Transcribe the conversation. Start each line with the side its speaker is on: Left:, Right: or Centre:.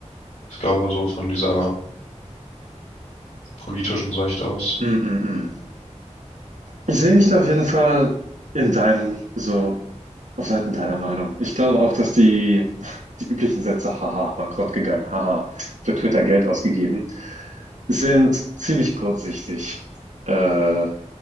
Left: ich glaube so von dieser politischen Sicht aus.
Right: Hm, hm, hm. Ich sehe mich da auf jeden Fall in deinem so auf Seiten deiner Meinung. Ich glaube auch, dass die, die üblichen Sätze, haha, bankrott gegangen, haha, für Twitter Geld ausgegeben, sind ziemlich kurzsichtig. Äh,